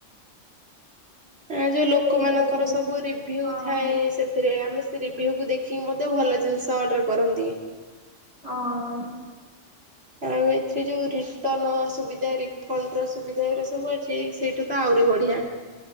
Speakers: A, on the right; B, on the left.
A: ଆ ଯୋଉ ଲୋକମାନଙ୍କର
B: ସେଇଟା ବି
A: ସବୁ ରିଭ୍ୟୁ
B: ହଁ
A: ଥାଏ ସେ ଥିରେ ଆମେ ସେ ରିଭ୍ୟୁକୁ ଦେଖିକି ମଧ୍ୟ ଭଲ ଜିନିଷ ଅର୍ଡ଼ର କରନ୍ତି।
B: ହଁ।
A: ଆଉ ଏଥିରେ ଯଉ ରିଟର୍ଣ୍ଣ ସୁବିଧା ରିଫଣ୍ଡର ସୁବିଧା ଏରା ସବୁ ଅଛି ସେଇଟା ତ ଆହୁରି ବଢ଼ିଆ।